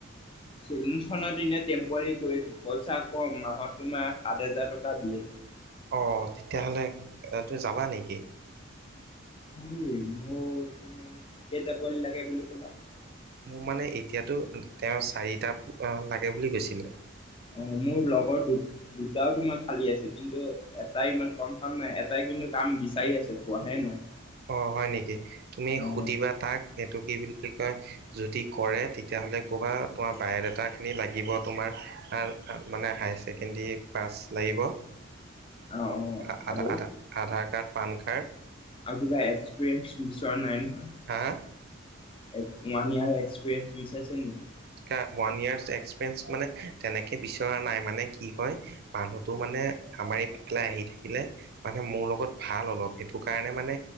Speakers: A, on the left; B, on the right.
A: চেলুখনত ইনে টেম্পৰী কৰি আছো পইচা কম মাহত তোমাৰ সাত হাজাৰ টকা দিয়ে।
B: অ তেতিয়াহ'লে তুমি যাবা নেকি?
A: আ ম তুমি গটা পলিল গে বুলিল কলা <unintelligible>
B: মোক মানে এতিয়াতো তেওঁ চাৰিটা লাগে বুলি কৈছিলে৷
A: অ মোৰ লগৰ দু দুটাও তোমাৰ খালী আছে কিন্তু এটাই ইমান কনফাৰ্ম নাই এটাই কিন্তু কাম বিচাৰি আছে পোৱাহে নাই৷
B: অ হয় নেকি তুমি
A: অ'
B: সুধিবা তাক এইটো কি বুলি কয় যদি কৰে তেতিয়াহ'লে ক'বা তোমাৰ বায়'ডাটাখিনি লাগিব তোমাৰ আ মানে হায় ছেকেণ্ডৰী পাছ লাগিব৷
A: অ' অ'
B: আ
A: আৰু
B: আধা আধাৰ কাৰ্ড পান কাৰ্ড
A: আৰু কিবা এক্সপিৰিয়েঞ্চ বিচৰা নাই নহয়৷
B: হা
A: ওৱান ইয়াৰ এক্সপিৰিয়েনঞ্চ বিচাৰিছে নেকি?
B: ওৱান ইয়াৰ এক্সপিৰিয়েঞ্চ মানে তেনেকে বিচৰা নাই মানে কি হয় মানুহতো মা মানে আমাৰ ইফালে আহি থাকিলে মানে মোৰ লগত ভাল অলপ সেইটো কাৰণে মানে